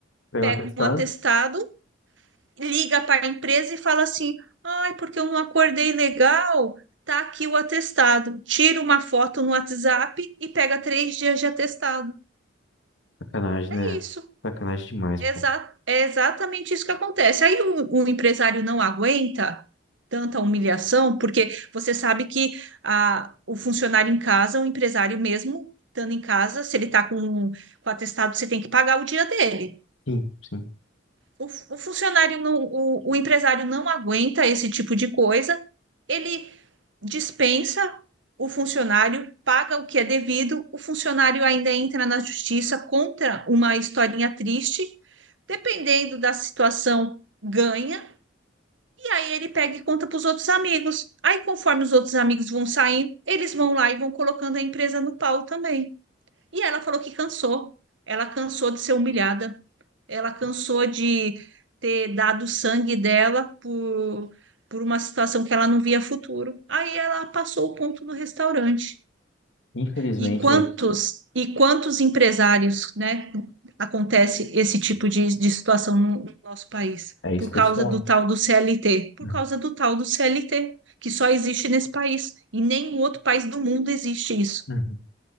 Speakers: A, on the left; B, on the right.
A: Pega
B: pega
A: uma testada.
B: um atestado, liga para a empresa e fala assim: "Ai, porque eu não acordei legal, tá aqui o atestado". Tira uma foto no WhatsApp e pega três dias de atestado.
A: Sacanagem,
B: É
A: né?
B: isso.
A: Sacanagem demais,
B: É
A: pô.
B: exa- é exatamente isso que acontece. Aí o o empresário não aguenta. tanta humilhação, porque você sabe que a, o funcionário em casa, o empresário mesmo, estando em casa, se ele está com, com atestado, você tem que pagar o dia dele.
A: Sim, sim.
B: O, fu- o funcionário, não, o, o empresário não aguenta esse tipo de coisa, ele dispensa o funcionário, paga o que é devido, o funcionário ainda entra na justiça contra uma historinha triste, dependendo da situação, ganha e aí ele pega e conta para os outros amigos. Aí, conforme os outros amigos vão saindo, eles vão lá e vão colocando a empresa no pau também. E ela falou que cansou. Ela cansou de ser humilhada. Ela cansou de ter dado o sangue dela por, por uma situação que ela não via futuro. Aí ela passou o ponto no restaurante.
A: Infelizmente,
B: E quantos e quantos empresários, né, acontece esse tipo de, de situação no nosso país
A: é isso
B: por
A: que
B: causa
A: eu te falo.
B: do tal do CLT, por
A: Uhum.
B: causa do tal do CLT que só existe nesse país e nenhum outro país do mundo existe isso.
A: Uhum.